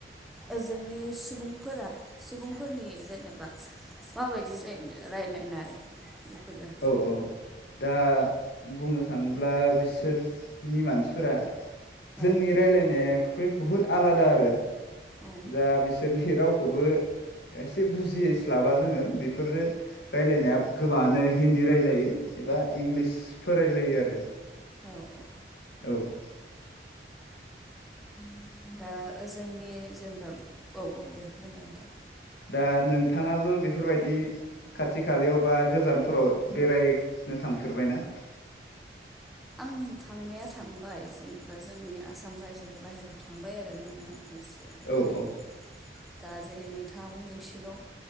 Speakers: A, in the centre; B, on the left.
A: ओ जोंनि सुबुंफोरा सुबुंफोरनि जेनेबा माबायदि जायो रायलायनाय बेफोरो
B: औ औ दा बुंनो थाङोब्ला बिसोरनि मानसिफोरा जोंनि
A: औ
B: रायलायनाय खो बे बहुत आलादा आरो
A: औ
B: जा बिसोरनि राव खौबो एसे बुजिस्लाबा जोङो बेफोरो रायलायनाया गोबाङानो हिन्दी रायलायो एबा इंलिस फोर रायलायो आरो
A: औ औ
B: ओ औ <inaudible>
A: <inaudible> दा ओ जोंनि जेनेबा औ औ दे बुंनाय नोंथां
B: दा नोंथाङाबो बेफोरबायदि खाथि खालायाव बा गोजानफोराव बेरायनो थांफेरबायना
A: आं थांनाया थांबाय जेनेबा जोंनि आसाम रायजोनि बाहेरायाव थांबाय आरोना आङो एसे
B: औ
A: ओरैनो
B: औ
A: दा जेरै नोंथाङा बुंदों सिलं